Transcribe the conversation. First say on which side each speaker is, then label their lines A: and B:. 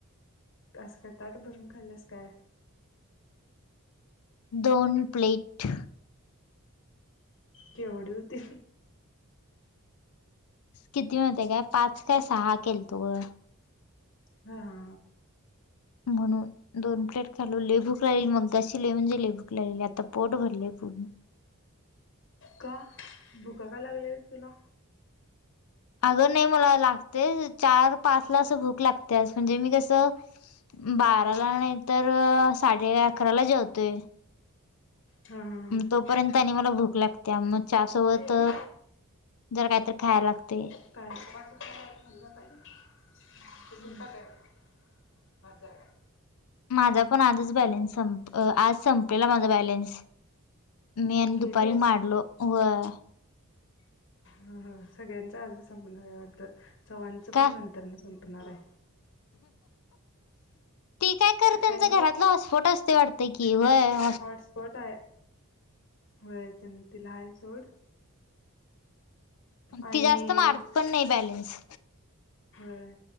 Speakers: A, on the left; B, on the left.
A: अस काय ताट भरून खाल्यास काय?
B: दोन प्लेट.
A: केवढी होती?
B: किती माहितीये काय, पाच काय सहा केलतो ग.
A: हा हा
B: म्हणून दोन प्लेट खालो. लई भूक लागलेली मगाशी लई म्हणजे लई भूक लागलेली. आता पोट भरलय पूर्ण.
A: का भुका का लागल्यालीत तुला?
B: अग नाही मला लागतेच. चार पाच ला अस भूक लागत्याच. म्हणजे मी कस बाराला नाही तर साडे अकराला जेवतोय.
A: हा हा हा
B: तोपर्यंत आणि मला भूक लागत्या, मग चहा सोबत
A: हे हे
B: जरा कायतर खायला लागतय.
A: <unintelligible> बास झाल काय?
B: माझा पण आजच बॅलेन्स संप, आज संपेल माझा बॅलेन्स. मी
A: मग
B: आणि
A: केलीस
B: दुपारी मारलो. व्हय
A: ह हा सगळ्यांचा आजच संपणार हाय वाटत. चव्हाणच
B: का
A: पण नंतर न संपणार हाय.
B: ती काय कर, त्यांच
A: आणि
B: घरातल हॉटस्पॉट असतय वाटत की, व्हय.
A: हॉटस्पॉट हाय. व्हय तिला हाय सोड.
B: अन
A: आणि
B: ती जास्त मारत पण नाही बॅलेन्स.
A: होय.